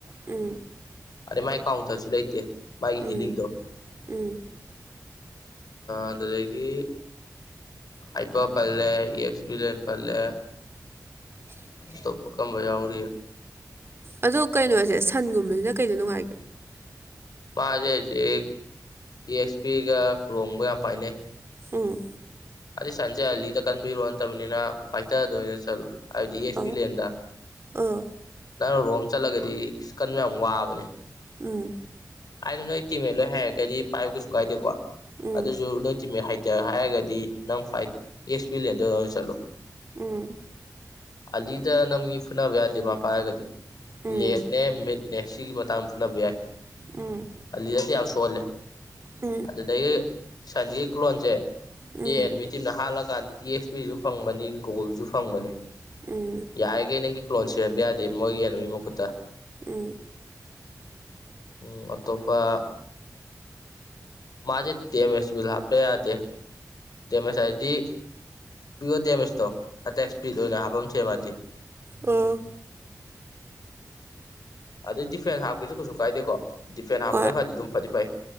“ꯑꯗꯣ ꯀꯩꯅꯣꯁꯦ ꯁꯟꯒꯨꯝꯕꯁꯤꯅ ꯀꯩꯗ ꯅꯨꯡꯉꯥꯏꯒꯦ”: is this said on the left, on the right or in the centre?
Right